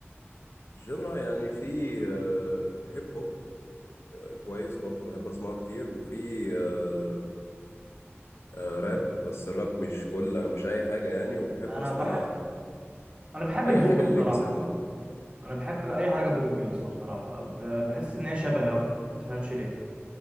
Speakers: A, on the left; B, on the right.
A: جنرا يعني في آه، هيب هوب آه، كويس برضه بحب أسمعه كتير وفي آه، آه، راب بس الراب مش كل مش أي حاجة يعني وبحب
B: انا
A: أسمع
B: بحب انا بحب
A: أي
B: البوب
A: حاجة
B: بصراحه
A: الليجاسي عامة
B: انا بحب اي حاجه بوب يا اسطى بصراحه ب... بحس ان هي شبهي اكتر ما تفهمش ليه